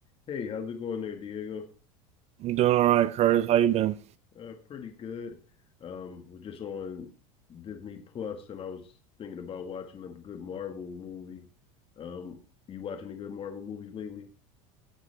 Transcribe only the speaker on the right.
I'm doing all right, Curtis. How you been?